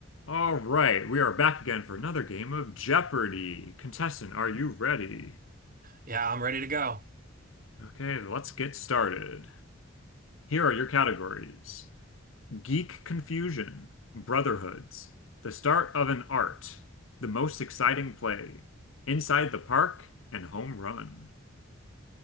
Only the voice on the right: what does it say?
Yeah, I'm ready to go.